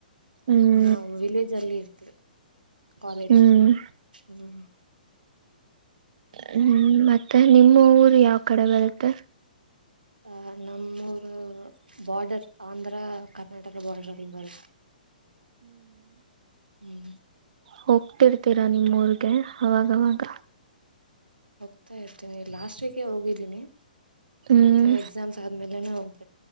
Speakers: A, on the right; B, on the right.
A: ಹ್ಮ್
B: ನಾವು ವಿಲೇಜ್ ಅಲ್ಲಿ ಇರ್ತೇವಿ ಕಾಲೇಜ್
A: ಹ್ಮ್
B: ಹ್ಮ್
A: ಹ್ಮ್ ಮತ್ತೆ ನಿಮ್ಮ ಊರ್ ಯಾವ ಕಡೆ ಬರುತ್ತೆ?
B: ಅ ನಮ್ಮೂರು ಬಾರ್ಡರ್ ಆಂಧ್ರ ಕ ರ್ನಾಟಕ ಬಾರ್ಡ್ರಡಿ ಬರುತ್ತೆ ಹ್ಮ್
A: ಹೊ ತಿಡ್ತೀರಾ ನಿಮ್ಮುರ್ಗೆ? ಅವಾಗವಾಗ
B: ತ ಇರ್ತೀನಿ ಲಾಸ್ಟ್ ವೀಕೆ ಹೋಗಿದ್ದೀನಿ.
A: ಹ್ಮ್
B: ಮತ್ತೆ ಎಕ್ಸಾಮ್ಸ್ ಆದ್ಮೇಲೆನೂ ಹೋಗಬೇ